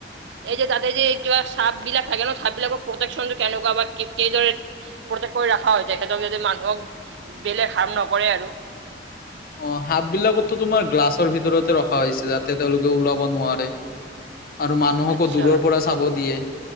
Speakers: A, on the right; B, on the left.
A: এই যে তাতে যে, কিবা চাপ বিলাক থাকে ন। চাপ বিলাকৰ প্ৰটেকশ্যনটো কেনেকুৱা বা কিদৰে প্ৰক্টেক কৰি ৰখা হয়। তেখেতক য'ত মানুহক বেলেগ হাৰ্ম নকৰে আৰু।
B: অ, সাপ বিলাকতো তোমাৰ গ্লাছৰ ভিতৰতে ৰখা হৈছে। যাতে তেওঁলোকে ওলাব নোৱাৰে। আৰু মানুহকো
A: আচ্ছা
B: দূৰৰ পৰা চাব দিয়ে।